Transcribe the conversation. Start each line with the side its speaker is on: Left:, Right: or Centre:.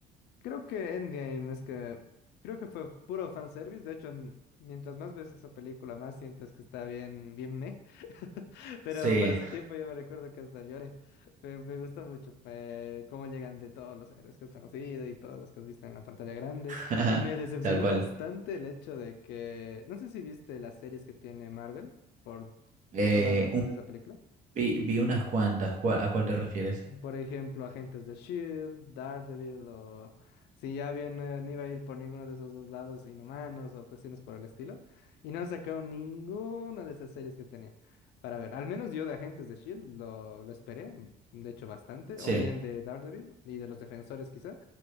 Left: Creo que Endgame es que creo que fue puro fanservice. De hecho, n- mientras más ves esa película, más sientes que está bien, bien meh. <laughs> Pero
Right: Sí,
Left: para su tiempo yo me recuerdo que hasta lloré. Me, me gusta mucho eh, cómo llegan de todos los héroes que has conocido y todos los que has visto en la pantalla grande.
Right: <laughs>
Left: Me decepciona
Right: tal cual.
Left: bastante el hecho de que, no sé si viste las series que tiene Marvel por,
Right: Eh,
Left: por todo lado antes
Right: un-
Left: de esa película.
Right: vi, vi unas cuantas. ¿Cuál- ¿A cuál te refieres?
Left: Por ejemplo, agentes de Shield, Daredevil, o si ya bien eh, no iba a ir por ninguno de esos dos lados, Inhumanos o cuestiones por el estilo. Y no sacaron ninguna de esas series que tenía. Para ver, al menos yo de agentes de Shield lo, lo esperé, mm, de hecho bastante,
Right: Sí,
Left: o bien de Daredevil y de los defensores quizá,